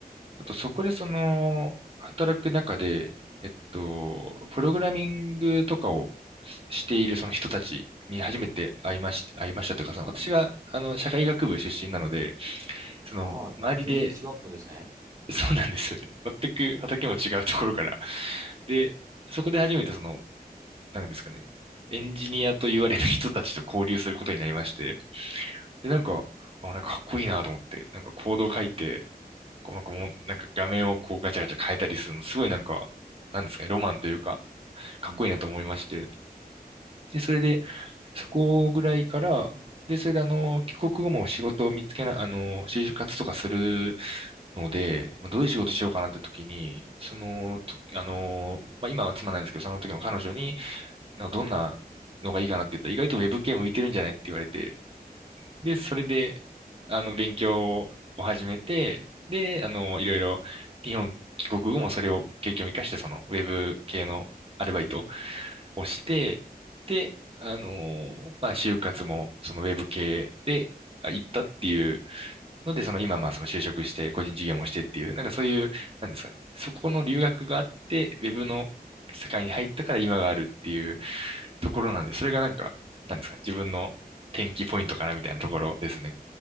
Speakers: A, on the right (about 35°); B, on the right (about 20°).
A: あと、そこでその、働く中で、えっと、プログラミングとかをししているその人たちに初めて会いまし、会いましたというか、
B: うん。
A: その私が、あの、社会学部出身なので、その、
B: ああ、
A: 周りで、
B: 全然違うってことですね。
A: <laughs> そうなんですよね。全く畑も違うところから。で、そこで初めてその、なんですかね、エンジニアと言われる人たちと交流することになりまして、で、なんか、あ、なんかかっこいいなと思って、なんかコードを書いて、こうなんかもう、なんか画面をこうガチャガチャ変えたりするの、すごいなんか、なんですかね、ロマンというか、
B: うん。
A: かっこいいなと思いまして。で、それで、そこぐらいから、で、それであの、帰国後も仕事を見つけない、あの、就活とかするので、まあどういう仕事しようかなって時に、その、とあの、まあ、今は妻なんですけど、その時の彼女に、なんかどんなのがいいかなって言ったら、意外とウェブ系向いてるんじゃないって言われて、で、それで、あの、勉強を始めて、で、あの、いろいろ、日本帰国後もそれを経験を生かして、その、ウェブ系のアルバイトをして、で、あの、まあ、就活も、そのウェブ系で、あ行ったっていうので、その今、まあ、その就職して、個人事業もしてっていう、なんかそういう、なんですかね。そこの留学があって、ウェブの世界に入ったから今があるっていうところなんで、それがなんか、なんですかね。自分の転機ポイントかなみたいなところですね。